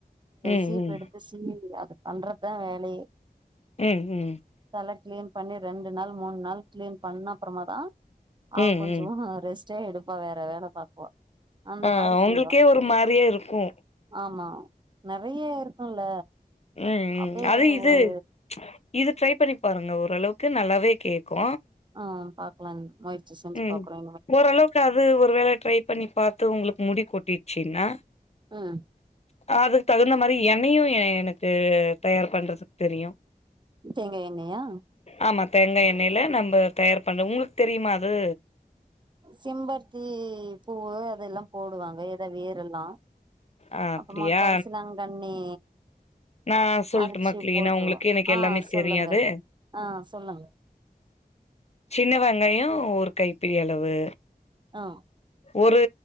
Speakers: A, on the left; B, on the right.
A: ம்
B: சீப்ப
A: ம்
B: எடுத்து சீவி அது பண்றதுதா வேலயே
A: ம் ஹும்
B: தல கிளீன் பண்ணி ரெண்டு நாள் மூணு நாள் கிளீன் பண்ண அப்புறமா தா அவ
A: ம்
B: கொஞ்சோ
A: ம்
B: ரெஸ்ட்டே எடுப்பா வேற வேல பாக்குவா அந்த
A: ஆ
B: மாரி
A: உங்களுக்கே
B: செய்வா
A: ஒரு மாரியே இருக்கு
B: ஆமா நிறைய இருக்குல்ல
A: ம் ம்
B: அப்டியே
A: அது இது
B: ஒரு
A: இது ட்ரை பண்ணி பாருங்க ஓரளவுக்கு நல்லாவே கேக்கு
B: ஆஹ் பாக்கலா முயற்சி செஞ்சு
A: ம்
B: பாக்குறே
A: ஓரளவுக்கு அது ஒரு வேளை ட்ரை பண்ணி பாத்து உங்களுக்கு முடி கொட்டிருச்சின்னா
B: உம்
A: அதுக்கு தகுந்த மாரி எண்ணயு எனக்கு தயார் பண்றதுக்கு தெரியு
B: தேங்கா எண்ணயா
A: ஆமா தேங்கா எண்ணெயில நம்ம தயார் பண்வோ உங்களுக்கு தெரியுமா அது
B: செம்பருத்தி பூவு அதெல்லா போடுவாங்க எதோ வேரெல்லா
A: ஆ அப்டியா
B: ஆமா கரிசிலாங்கண்ணி
A: நா சொல்ட்டுமா
B: அரச்சி
A: கிளீனா
B: போட்ருவோ
A: உங்களுக்கு எனக்கு
B: ஆஹ்
A: எல்லாமே
B: சொல்லுங்க
A: தெரியாது
B: ஆஹ் சொல்லுங்க
A: சின்ன வெங்காயோ ஒரு கைப்புடி அளவு
B: ஆஹ்
A: ஒரு